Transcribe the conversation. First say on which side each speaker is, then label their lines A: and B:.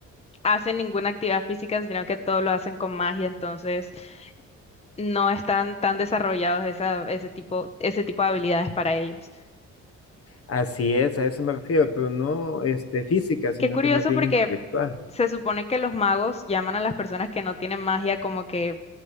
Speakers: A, on the left; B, on the left.
A: hacen ninguna actividad física, sino que todo lo hacen con magia, entonces no están tan desarrollados esa, ese tipo, ese tipo de habilidades para ellos?
B: Así es, a eso me refiero, pero no este, física, sino
A: Qué curioso
B: que más bien
A: porque
B: intelectual.
A: se supone que los magos llaman a las personas que no tienen magia como que